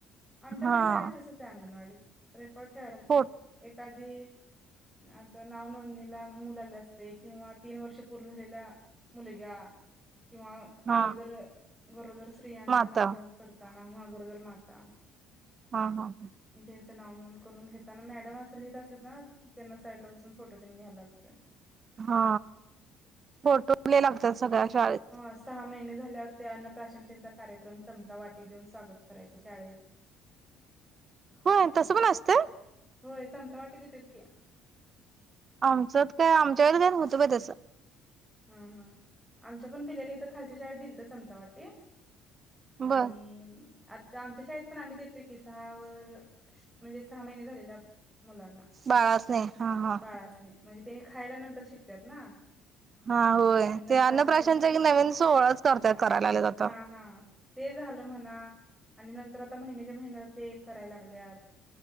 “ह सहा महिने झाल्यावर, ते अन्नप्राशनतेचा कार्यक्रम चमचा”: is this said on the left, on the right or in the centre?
Centre